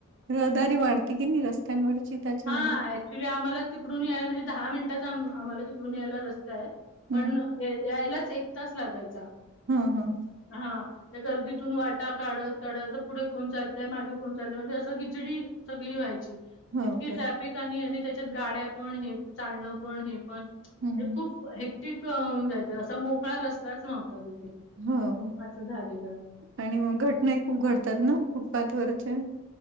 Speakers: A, on the right; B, on the left.
A: रहदारी वाढते कीनी रस्त्यांवरची. त्याच्यामुळे.
B: हा, ऍक्च्युली आम्हालाच तिकडून याय म्हणजे, दहा मिनिटांचा आम आम्हाला तिकडून यायला रस्ता आहे. पण
A: हं.
B: या यायलाच एक तास लागायचा.
A: हं, हं.
B: हा. त्या गर्दीतून वाटा काढत, काढत तर पुढे कोण चालतय, मागे कोण चालतंय, म्हणजे असं गिचडी- सगळी व्हायची.
A: हो
B: इतकी ट्रॅफिक
A: का?
B: आणि आणि त्याच्यात गाड्या पण हे प चालणं पण हे प- पण म्हणजे
A: हं.
B: खूप हेक्टिक होऊन जायचं, असा मोकळा रस्ताच नव्हता तिथे.
A: हो.
B: असं झालेलं.
A: आणि मग घटनाही खूप घडतात ना फुटपाथ वरच्या?